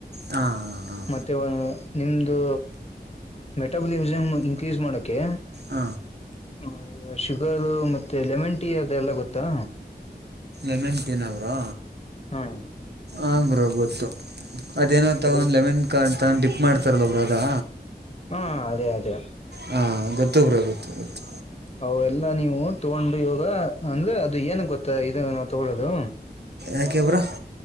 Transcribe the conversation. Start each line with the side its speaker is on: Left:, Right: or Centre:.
Right: ಹಾಂ ಹಾಂ
Left: ಮತ್ತೆ ಒ ನಿಮದು ಮೆಟಬಲಿಸಮ್ ಇನ್ಕ್ರೀಸ್ ಮಾಡೋಕ್ಕೆ
Right: ಹ
Left: ಹ ಈ ಶುಗರ್ ಮತ್ತೆ ಲೆಮನ್ ಟೀ ಅದೆಲ್ಲ ಗೊತ್ತಾ
Right: ಎಮೆಂಟನ ಬ್ರೋ
Left: ಹ್ಮ
Right: ಹಾಂ ಬ್ರೋ ಗೊತ್ತು ಅದೇನೋ ತಗೊಂಡು
Left: ಅದೇ
Right: ಲೆಮನ್ ಕಾರ್ಡ್ ತಗೊಂಡು ಡಿಪ್ ಮಾಡ್ತಾರಲ್ಲ ಬ್ರೋ ಅದಾ
Left: ಹ್ಮ್ ಅದೇ ಅದೇ
Right: ಹಾಂ ಗೊತ್ತು ಬರ ಗೊತ್ತು ಗೊತ್ತು
Left: ಅವ ಎಲ್ಲಾ ನೀವು ತಗೊಂಡು ಇವಾಗ ಅಂದ್ರೆ ಅದು ಏನ ಗೊತ್ತಾ ಇದು ನಾವ್ ತಗೊಳ್ಳೋದು
Right: ಯಾಕೆ ಬ್ರೋ